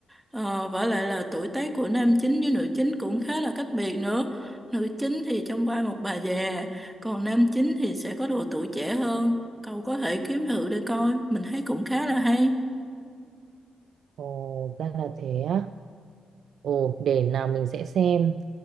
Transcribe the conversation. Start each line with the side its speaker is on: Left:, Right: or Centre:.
Centre: ờ, vả lại là tuổi tác của nam chính với nữ chính cũng khá là cách biệt nữa nữ chính thì trong vai một bà già còn nam chính thì sẽ có độ tuổi trẻ hơn cậu có thể kiếm thử để coi mình thấy cũng khá là hay
Right: Ồ, ra là thế á. Ồ, để nào mình sẽ xem.